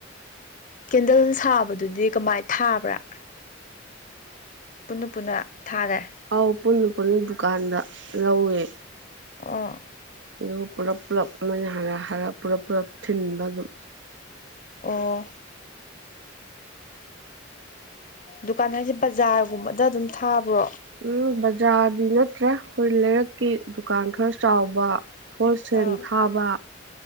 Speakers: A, on the left; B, on the right.
A: ꯀꯦꯟꯗꯜ ꯁꯥꯕꯗꯨꯗꯤ ꯀꯃꯥꯏ ꯊꯥꯕ꯭ꯔꯥ ꯄꯨꯟꯅ ꯄꯨꯟꯅ ꯊꯥꯔꯦ
B: ꯑꯥꯎ ꯄꯨꯟꯅ ꯄꯨꯟꯅ ꯗꯨꯀꯥꯟꯗ ꯂꯧꯋꯦ
A: ꯑꯣ
B: ꯑꯗꯨꯒ ꯄꯨꯂꯞ ꯄꯨꯂꯞ ꯃꯣꯏꯅ ꯍꯥꯏꯔ ꯍꯥꯏꯔ ꯄꯨꯂꯞ ꯄꯨꯂꯞ ꯊꯤꯟꯕ ꯑꯗꯨꯝ
A: ꯑꯣ ꯗꯨꯀꯥꯟ ꯍꯥꯏꯁꯦ ꯕꯖꯥꯔꯒꯨꯝꯕꯗ ꯑꯗꯨꯝ ꯊꯥꯕ꯭ꯔꯣ
B: ꯎꯝ ꯕꯖꯥꯔꯗꯤ ꯅꯠꯇ꯭ꯔꯦ ꯑꯩꯈꯣꯏ ꯂꯩꯔꯛꯀꯤ ꯗꯨꯀꯥꯟ ꯈꯔ ꯆꯥꯎꯕ ꯍꯣꯜꯁꯦꯜ
A: ꯑꯥ
B: ꯊꯥꯕ